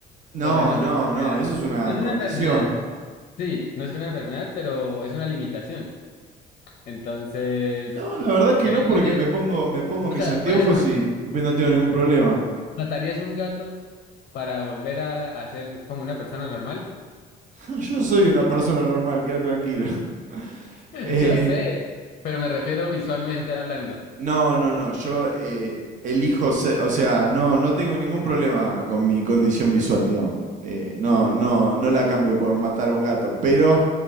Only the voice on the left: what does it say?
O sea, no es
enfermedad,
no es una
enfermedad. Sí, no es una enfermedad, pero es una limitación. Entonces,
y
ahí
pasa-
o sea,
por ejemplo,
¿matarías un gato para volver a, a ser como una persona normal?
Yo sé, pero me refiero visualmente hablando.